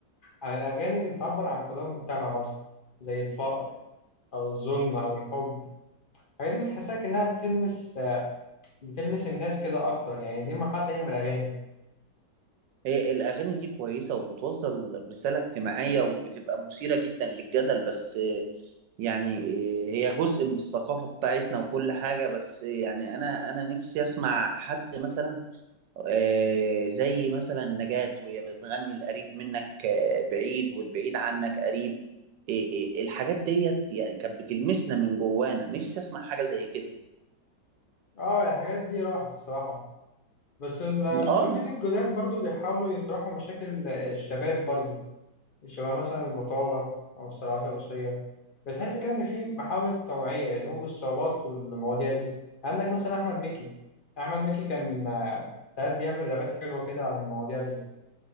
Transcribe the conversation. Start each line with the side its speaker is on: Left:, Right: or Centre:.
Left: عن الاغاني اللي بتعبر عن قضايا المجتمع مثلا زي الفقر او الظلم او الحب الحاجات دي بتحسسك انها بتلمس آه، بتلمس الناس كده اكتر يعني دي مرحله تانيه من الاغاني
Right: هي الأغاني دي كويسة وبتوصل رسالة اجتماعية وبتبقى مثيرة جدا للجدل بس آه، يعني آه، هي جزء من الثقافة بتاعتنا وكل حاجة بس آه، يعني أنا أنا نفسي أسمع حد مثلا آه، زي مثلا نجاة وهي بتغني القريب منك آه، بعيد والبعيد عنك قريب آه، آه، الحاجات ديت يعني كانت بتلمسنا من جوانا نفسي أسمع حاجة زي كده
Left: اه الحاجات دي راحت الصراحه بس المطربين
Right: آه
Left: الجداد برضو بيحاولوا يطرحوا مشاكل آه، الشباب برضو شبه مثلا البطالة أو الصراعات الأسرية بتحس كده إن في محاولة توعية لهم الصعوبات والمواضيع دي عندك مثلا أحمد مكي أحمد مكي كان آه، ساعات بيعمل رابات حلوة كده عن المواضيع دي